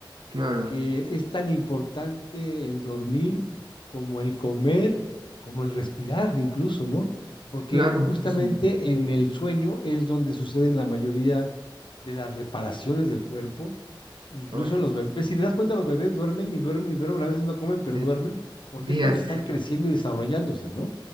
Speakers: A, on the right; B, on the left.
A: Claro,
B: porque es tan importante el dormir como el comer, como el respirar incluso, ¿no? Porque
A: claro,
B: justamente
A: muchísimo.
B: en el sueño es donde suceden la mayoría de las reparaciones del cuerpo, incluso
A: Ay,
B: en los bebés. Si te das cuenta, los bebés duermen y duermen y duermen, a veces no comen, pero
A: sí,
B: duermen, porque
A: días.
B: es cuando están creciendo y desarrollándose, ¿no?